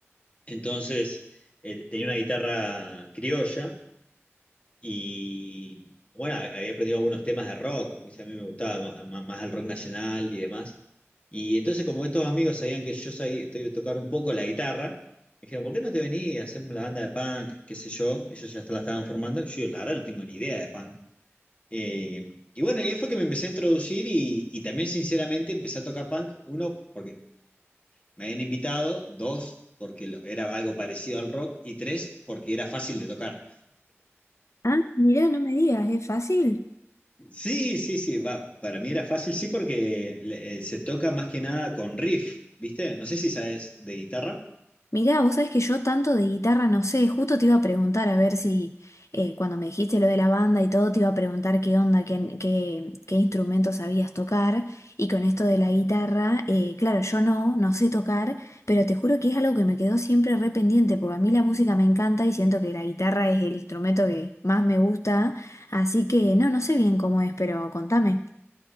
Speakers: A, on the left (about 30°); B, on the left (about 85°).
A: Entonces, eh, tenía una guitarra criolla y, bueno, había aprendido algunos temas de rock, ¿viste? a mí me gustaba ma- ma- más, el rock nacional y demás. Y entonces, como estos amigos sabían que yo sabía to- tocar un poco la guitarra, me dijeron, ¿por qué no te venís y hacemos la banda de punk, qué sé yo? Ellos ya la estaban formando. Yo, la verdad, no tengo ni idea de punk. Eh, y bueno, y ahí fue que me empecé a introducir y, y también, sinceramente, empecé a tocar punk, uno, porque me habían invitado, dos, porque era algo parecido al rock, y tres, porque era fácil de tocar.
B: Ah, mirá, no me digas, es fácil.
A: Sí, sí, sí, va, para mí era fácil, sí, porque eh, se toca más que nada con riff, ¿viste? No sé si sabes de guitarra.
B: Mirá, vos sabés que yo tanto de guitarra no sé, justo te iba a preguntar a ver si eh, cuando me dijiste lo de la banda y todo, te iba a preguntar qué onda, qué, qué, qué instrumento sabías tocar. Y con esto de la guitarra, eh, claro, yo no, no sé tocar, pero te juro que es algo que me quedó siempre re pendiente, porque a mí la música me encanta y siento que la guitarra es el instrumento que más me gusta. Así que no, no sé bien cómo es, pero contame.